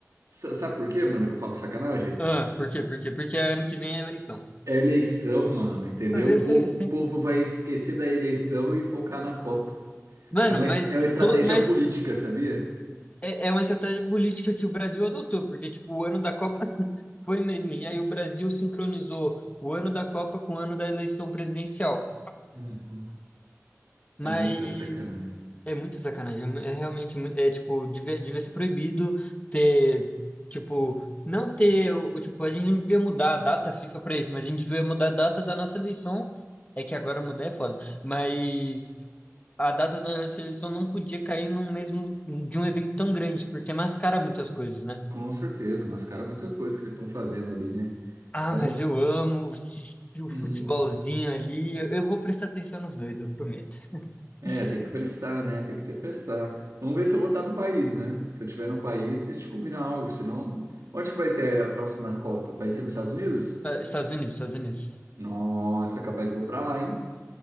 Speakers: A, on the right; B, on the left.
A: Sa- sabe por quê, mano, que eu falo sacanagem?
B: Ah, por quê? Por quê? Porque é ano que vem é eleição.
A: É eleição, mano, entendeu?
B: Ah, Eu
A: O
B: sei,
A: povo,
B: eu sei.
A: o povo vai esquecer da eleição e focar na Copa.
B: Mano,
A: É uma,
B: mas,
A: é uma estratégia
B: to, mas
A: política, sabia?
B: É, é uma estratégia política que o Brasil adotou, porque, tipo, o ano da Copa <laughs> foi mesmo. E aí o Brasil sincronizou o ano da Copa com o ano da eleição presidencial.
A: Uhum.
B: Mas
A: É muita sacanagem.
B: é muita sacanagem. É mu- é realmente, mu- é, tipo, devia, devia ser proibido ter, tipo, não ter, o, o- tipo, a gente não devia mudar a data FIFA para isso, mas a gente devia mudar a data da nossa eleição. É que agora mudar é foda. Mas a data da nossa eleição não podia cair no mesmo, de um evento tão grande, porque mascara muitas coisas, né?
A: Com certeza, mascara muita coisa que eles estão fazendo ali, né?
B: Ah,
A: Então,
B: mas eu amo assistir o
A: uhum.
B: futebolzinho ali. Eu eu vou prestar atenção nos dois, eu prometo.
A: É,
B: Esta-
A: tem que prestar, né? Tem que ter prestar. Vamos ver se eu vou estar no país, né? Se eu estiver no país, a gente combina algo. Senão, onde que vai ser a próxima Copa? Vai ser nos Estados Unidos?
B: Estados Unidos, Estados Unidos.
A: Nossa, capaz vou pra lá, hein?